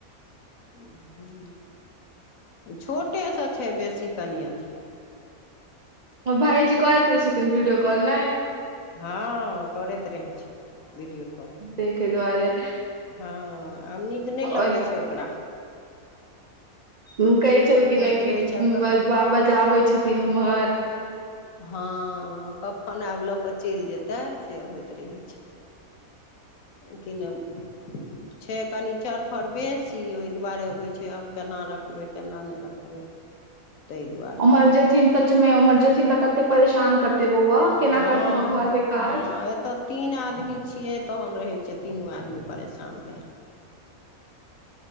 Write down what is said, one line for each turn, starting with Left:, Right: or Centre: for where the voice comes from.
Left: <inaudible> छोटे सँ छै बेसी कनि अथि।
Right: ओ भाईजी करैत रहै छथिन विडियो काल नै।
Left: हँ करैत रहै छै वीडियो
Right: देखे दुआरे
Left: हँ आब नीक नै
Right: और
Left: लगै छै ओ ओकरा।
Right: हुं कहै छलखिन
Left: होइत
Right: हें कि
Left: रहै छै आब कखन
Right: बजबाबैत आबे छथिन उमहर।
Left: हँ कखन आब ल कऽ चैल जेतै से होइत रहैत छै। किनब छै कनि चर थर बेसी ओहि दुआरे होइ छै आब केना रखबै केना नै रखबै। ताहि दुआरे
Right: उमहर जेथिन सच मे उमहर जेथिन तऽ कते परेशान करथिन। ते बौआ
Left: हँ
Right: केना करथिन ओ घर के
Left: हँ
Right: काज।
Left: एतऽ तीन आदमी छियै तखन रहै छै तीनू आदमी परेशान भेल।